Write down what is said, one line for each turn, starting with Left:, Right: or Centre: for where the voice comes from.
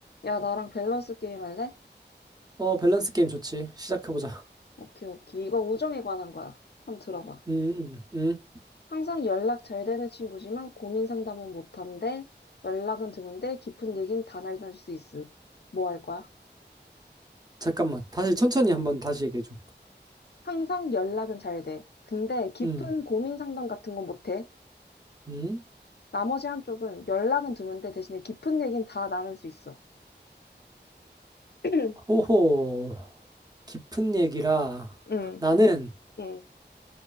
Left: 야, 나랑 밸런스 게임 할래?
Right: 어, 밸런스 게임 좋지. 시작해보자.
Left: 오케이, 오케이. 이거 우정에 관한 거야. 한번 들어봐.
Right: 음, 음, 음.
Left: 항상 연락 잘 되는 친구지만 고민 상담은 못한대, 연락은 드문데 깊은 얘기는 다 나눌 수 있음. 뭐 할 거야?
Right: 잠깐만. 다시 천천히 한번 다시 얘기해줘.
Left: 항상 연락은 잘 돼. 근데 깊은
Right: 음,
Left: 고민 상담 같은 건 못해.
Right: 음.
Left: 나머지 한쪽은 연락은 드문데 대신에 깊은 얘기는 다 나눌 수 있어. <clears throat>
Right: 호호. 깊은 얘기라.
Left: 응,
Right: 나는,
Left: 응.